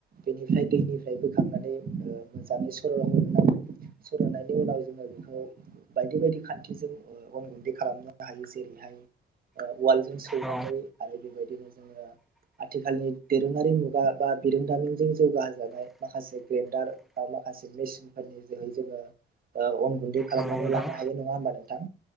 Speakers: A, on the right; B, in the centre.
A: बेनिफ्राय दैनिफ्राय बोखांनानै ओ मोजाङै सर' होगोर नांगौ सोर'नायनि उनाव जोङो बेखौ बायदि बायदि खान्थिजों अनगुन्दै खालामनो हायो जेरै उवालजों सौनानै
B: औ
A: आरो बेबायदिनो जोङो आथिखालनि दोरोङारि मुगा बा बिरोंदामिनजों जौगाहो जानाय माखासे ग्रेन्डार बा माखासे मेसिनफोरनि जोहै जोङो ओ अन गुन्दै खालामनानै
B: नंगौ नोंथां
A: लानो हायो नङा होमबा नों थां